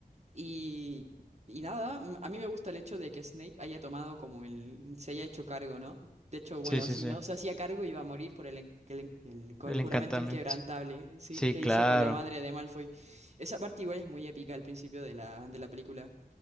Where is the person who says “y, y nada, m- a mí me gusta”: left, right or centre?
Right